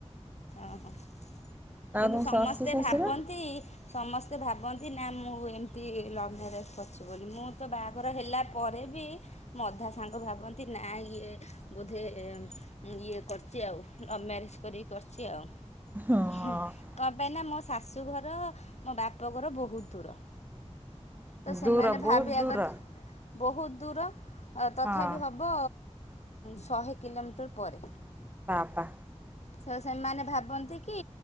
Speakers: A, on the left; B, on the right.
A: ଅ ହଁ। କିନ୍ତୁ
B: ଆଉ ତମ
A: ସମସ୍ତେ
B: ଶାଶୁ ଶ୍ୱଶୁର?
A: ଭାବନ୍ତି ସମସ୍ତେ ଭାବନ୍ତି ନା ମୁଁ ଏମିତି ଲଭ୍ ମ୍ୟାରେଜ୍ କରିଛି ବୋଲି ମୁଁ ତ ବାହାଘର ହେଲା ପରେ ବି ମୋ ଅଧା ସାଙ୍ଗ ଭାବନ୍ତି ନା ଇଏ ବୋଧେ ଏମ୍ ଉଁ ଇଏ କରିଛି ଆଉ। ଲଭ୍ ମ୍ୟାରେଜ୍ କରିକି କରିଛି ଆଉ।
B: ହଁ
A: କଣ ପାଇଁ ନା ମୋ ଶାଶୁଘର ମୋ ବାପ ଘର ବୋହୁତ ଦୂର। ତ ସେମାନେ
B: ଦୂର
A: ଭାବିବା
B: ବହୁତ ଦୂର
A: କଥା ବୋହୁତ ଦୂର ତଥାପି
B: ହଁ
A: ଉଁ ହବ ଶହେ କିଲୋମିଟର ପରେ
B: ବାବା
A: ସ ସେମାନେ ଭାବନ୍ତି କି